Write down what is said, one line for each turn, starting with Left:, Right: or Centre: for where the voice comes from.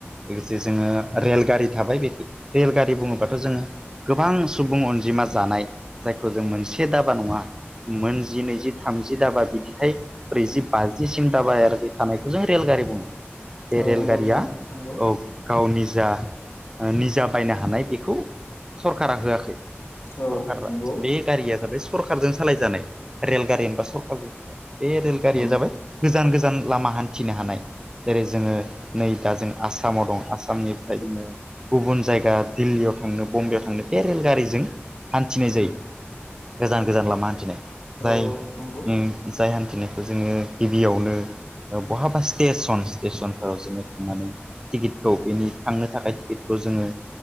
Right: लोगोसे जोङो रेलगारि थाबाय बिदि रेल गारि बुङोबाथ' जोङो गोबां सुबुं अनजिमा जानाय जायखौ जों मोनसे दाबा नङा मोनजि नैजि थामजि दाबा बिदिहाय ब्रैजि बाजिसिम दाबायारि थानायखौ जों रेलगारि बुङो। बे
Left: औ
Right: रेलगारिया
Left: नंगौ नोंथां नंगौ
Right: औ। गाव निजा-निजा बायनो हानाय बेखौ सरकारा होआखै
Left: औ
Right: सरखारा
Left: नंगौ
Right: बे गारिया जाबाय सरखारजों सालायजानाय रेलगारि होनबा सरखारजों बे रेलगारिया
Left: औ
Right: जाबाय गोजान गोजान लामा हान्थिनो हानाय जेरै जोङो नै दा जों आसामाव दं आसामनिफ्राय जोङो गुबुन जायगा दिल्लीयाव थांनो बम्बेआव थांनो बे रेलगारिजों हान्थिनाय जायो गोजान गोजान लामा हान्थिनाय
Left: औ
Right: जाय
Left: नंगौ
Right: ओम जाय हान्थिनायखौ जोङो गिबियावनो बहाबा स्टेस'नस स्टेस'नफोराव जोङो थांनानै टिकेटखौ बेनि थांनो थाखाय टिकेटखौ जोङो